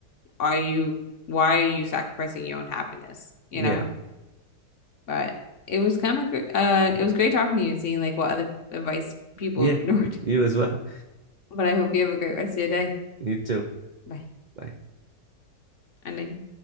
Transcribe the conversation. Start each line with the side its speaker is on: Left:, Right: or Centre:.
Left: are you why are you sacrificing your own happiness, you
Right: Yeah.
Left: know? But it was kind of gr- uh it was great talking to you and seeing like what other advice people
Right: Yeah,
Left: ignored.
Right: <laughs>
Left: <laughs>
Right: you as well.
Left: But I hope you have a great rest of your day.
Right: You too.
Left: Bye.
Right: Bye.
Left: Ending.